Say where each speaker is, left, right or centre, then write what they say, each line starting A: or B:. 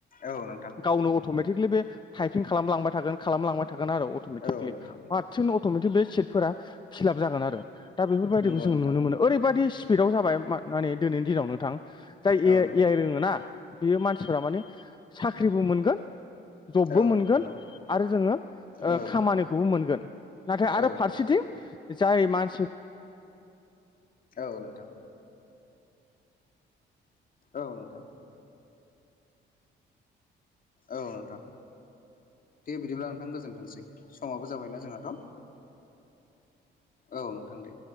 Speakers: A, on the left; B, on the left.
A: औ नोंथां
B: गावनो अट'मेटिकेलि बे टाइपिं खालामलांबाय थागोन खालामलांबाय थागोन आरो अट'मेटिकलि
A: औ नोंथां
B: हारसिंनो अट'मेटिक बे सिटफोरा फिलाप जागोन आरो दा बेफोरबायदिखौ
A: नंगौ
B: जों
A: नोंथां
B: नुनो मोनो। ओरैबायादि स्पिडआव जाबाय मा माने दिनैनि दिनाव नोंथां जाय
A: औ
B: ए आइ
A: नोंथां
B: ए आइ रोङोना बेयो मानसिफोरा माने साख्रिबो मोनगोन जबबो
A: औ
B: मोनगोन
A: नोंथां औ
B: आरो जोङो ओ
A: औ नोंथां
B: खामानिखौबो मोनगोन नाथाय
A: औ
B: आरो
A: नोंथां
B: फारसेथिं जाय मानसि
A: औ नोंथां औ नोंथां औ नोंथां दे बिदिब्ला नोंथां गोजोन्थोंसै समाबो जाबायना जोंहाथ' औ नोंथां दे